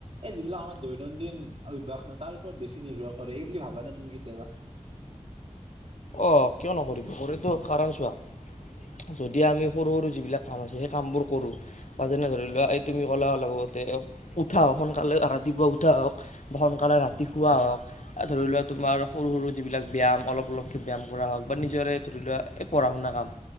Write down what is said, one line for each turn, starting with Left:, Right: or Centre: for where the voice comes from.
Right: এই যিবিলাক আমাৰ দৈনন্দিন অভ্যাস ন তাৰ ওপৰত বেছি নিৰ্ভৰ কৰে এই বুলি ভাবা নে তুমি কেতিয়াবা
Left: অ কিয় নকৰিব হয়তো কাৰণ চোৱা যদি আমি সৰু সৰু যিবিলাক কাম আছে সেই কামবোৰ কৰো পাজনে ধৰি লোৱা এই তুমি ক'লা অলপ আগতে এ উঠা হওক সোনকালে ৰাতিপুৱা উঠা হওক বা সোনকালে ৰাতি শুৱা হওক ধৰি লোৱা তোমাৰ সৰু সৰু যিবিলাক ব্যয়াম অলপ অলপ ব্যায়াম কৰা হওক বা নিজৰে ধৰি লোৱা এই পঢ়া শুনা কাম